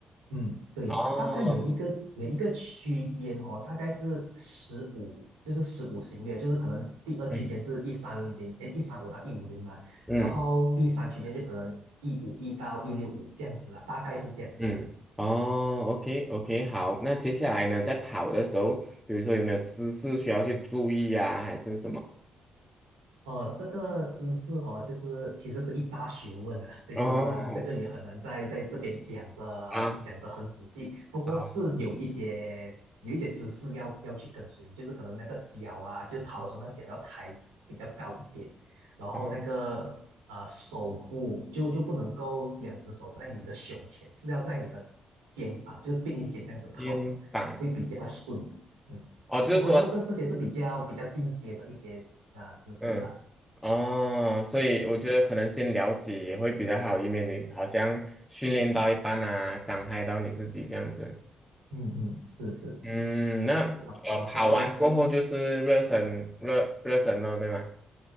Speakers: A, on the right; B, in the centre.
A: 嗯对，
B: 哦，
A: 大概每一个每一个区间哦，大概是十五，就是十五行列，就是可能第二区间是一三零，
B: 嗯
A: 诶，一三五到一五零嘛，
B: 嗯
A: 然后第三区间就可能一五一到一六五这样子啦，大概是这样。
B: 嗯，哦，OK OK，好，那接下来呢，在跑的时候，比如说有没有姿势需要去注意呀、还是什么？
A: 哦，这个姿势哦，就是其实是一大学问啊，这个这个也很难在在这边讲的讲得很仔细，
B: 哦，啊，
A: 不过是有一些有一些姿势要要去跟随的，
B: 好，
A: 就是可能那个脚啊，就跑的时候那脚要抬比较高一点，
B: 嗯，
A: 然后那个呃手部就就不能够两只手在你的胸前，
B: 哦，
A: 是要在你的肩膀，就是并肩这样子跑的，
B: 肩膀，
A: 会比较顺。嗯，
B: 哦，就是说，
A: 不过不过这这些是比较比较进阶的一些啊、姿势识啦。
B: 嗯。哦，所以我觉得可能先了解也会比较好，以免你好像训练到一半啊，伤害到你自己这样子。
A: 嗯嗯，是是
B: 嗯，那呃，
A: 啊，然然后
B: 跑完过后就是热身，热热身哦，对吗？